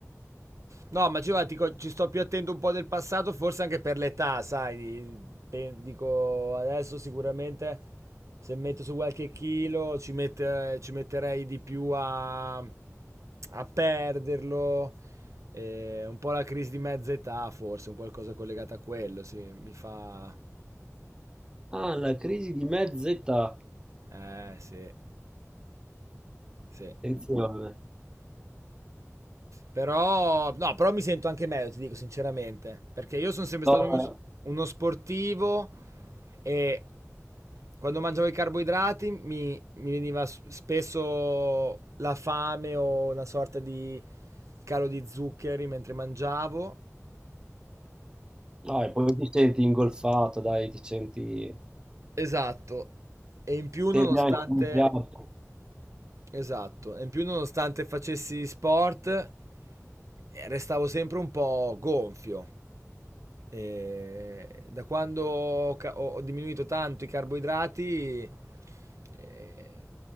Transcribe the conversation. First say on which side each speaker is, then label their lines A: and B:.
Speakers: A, on the right; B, on the right.
A: No, ma ci, va, dico, ci sto più attento un po' del passato, forse anche per l'età, sai. Pe- Dico, adesso sicuramente se metto su qualche chilo ci, mette- ci metterei di più a, a perderlo. Eh, un po' la crisi di mezza età, forse, un qualcosa collegato a quello, sì, mi fa...
B: Ah, la crisi di mezza età.
A: Eh, sì, sì.
B: Attenzione.
A: Però, no, però mi sento anche meglio, ti dico sinceramente, perché io sono sempre
B: No,
A: stato uno,
B: eh,
A: uno sportivo e quando mangiavo i carboidrati mi, mi veniva s- spesso la fame o una sorta di calo di zuccheri mentre mangiavo.
B: no, e poi ti senti ingolfato, dai, ti senti...
A: Esatto. E in più nonostante,
B: Te bianchi in piatto.
A: esatto, e in più nonostante facessi sport, eh, restavo sempre un po' gonfio. E da quando ho, ca- ho diminuito tanto i carboidrati, eh,